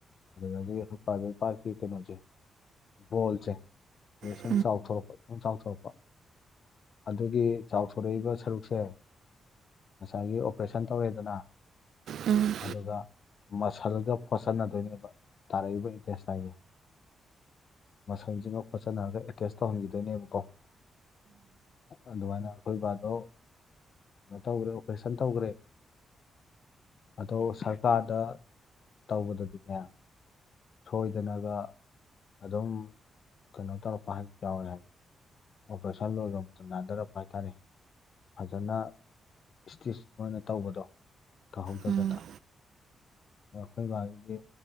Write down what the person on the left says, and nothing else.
ꯑꯗꯨꯗꯒꯤ ꯑꯩꯈꯣꯏ ꯄ꯭ꯔꯥꯏꯚꯦꯠ ꯄꯥꯔꯇꯀꯤ ꯀꯩꯅꯣꯁꯤ ꯕꯣꯜꯁꯦ ꯁꯤꯗ
ꯁꯨꯝ ꯆꯥꯎꯊꯣꯔꯛꯄ ꯁꯨꯝ ꯆꯥꯎꯊꯣꯔꯛꯄꯥ ꯑꯗꯨꯒꯤ ꯆꯥꯎꯊꯣꯔꯛꯏꯕꯥ ꯁꯔꯨꯛꯁꯦ ꯉꯁꯥꯏꯒꯤ ꯑꯣꯄꯔꯦꯁꯟ ꯇꯧꯔꯦꯗꯅꯥ
ꯑꯗꯨꯒ ꯃꯁꯜꯒ ꯐꯣꯠꯆꯟꯅꯗꯣꯏꯅꯦꯕ ꯇꯥꯔꯛꯏꯕ ꯏꯟꯇꯦꯁ ꯇꯥꯏꯟꯁꯦ ꯃꯁꯜꯁꯤꯅ ꯈꯣꯠꯆꯟꯅꯔꯒ ꯑꯦꯇꯦꯁ ꯇꯧꯍꯟꯈꯤꯗꯣꯏꯅꯦꯕꯀꯣ ꯑꯗꯨꯃꯥꯏꯅ ꯑꯩꯈꯣꯏꯕꯥꯗꯣ ꯀꯩꯅꯣ ꯇꯧꯈ꯭ꯔꯦ ꯑꯣꯄꯔꯦꯁꯟ ꯇꯧꯈ꯭ꯔꯦ ꯑꯗꯣ ꯀꯥꯗ ꯇꯧꯕꯗꯗꯤ ꯀꯌꯥ ꯁꯣꯏꯗꯅꯒ ꯑꯗꯨꯝ ꯀꯩꯅꯣ ꯇꯧꯔꯛꯄ ꯍꯥꯏ ꯌꯥꯎꯋꯦ ꯍꯥꯏꯕ ꯑꯣꯄꯔꯦꯁꯟ ꯂꯣꯏꯛꯇ ꯅꯥꯗꯔꯛꯄ ꯍꯥꯏꯇꯥꯔꯦ ꯐꯖꯅ ꯏꯁꯇꯤꯁ ꯃꯣꯏꯅ ꯇꯧꯕꯗꯣ ꯇꯧꯍꯧꯗꯗꯅ
ꯑꯗ ꯑꯩꯈꯣꯏ ꯕꯥꯒꯤꯗꯤ